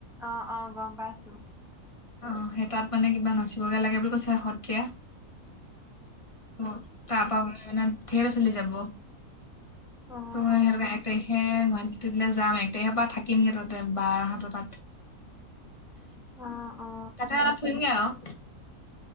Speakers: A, in the centre; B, on the left (about 25°).
A: অ অ গম পাইছো
B: অহ সেই তাত মানে কিবা নাচিবগে লাগে বুলি কৈছে সত্ৰীয়া অ তাৰ পৰা ওলায় মানে ধেৰ চলি যাব
A: অ
B: ত মানে
A: অ
B: সে এক তাৰিখে গুৱাহাটী দিললে যাম এক তাৰিকৰ পৰা থাকিমগে তাতে বাৰ হঁত তাত
A: অ অ অ
B: তাতে অলপ ফুৰিনগে আৰু